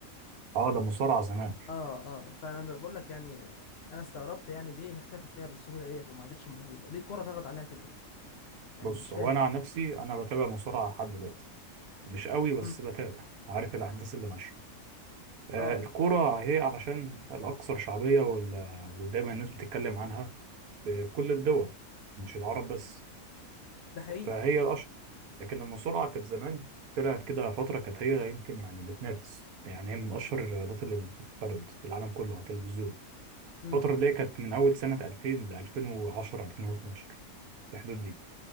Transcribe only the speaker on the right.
اه لا مصارعه زمان
بص
هو انا عن نفسي انا بتابع مصارعه لحد دلوقتي مش قوي بس
بتابع عارف الاحداث اللي ماشيه آه
الكوره هي علشان الاكثر شعبيه وال- ودايما الناس بتتكلم عنها في كل الدول مش العرب بس
فهي الاشهر لكن المصارعه كانت زمان طلعت كده فتره كانت هي يمكن يعني بتنافس يعني هي من اشهر الرياضات اللي بتتفرج في العالم كله على التلفزيون
الفتره اللي هي كانت من اول سنه 2000 ل 2010 2012 في الحدود دي